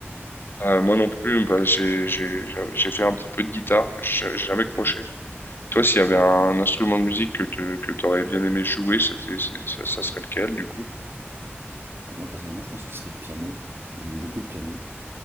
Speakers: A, on the left; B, on the right.
A: Euh, moi non plus, bah, j'ai, j'ai, j'ai fait un petit peu de guitare, mais j'ai j'ai jamais croché. Toi, s'il y avait
B: Hein.
A: un instrument de musique que te, que t'aurais bien aimé jouer, c'était, c'est- ça, ça serait lequel du coup?
B: Bah, moi, personnellement, je pense que ce serait le piano. J'aime beaucoup le piano.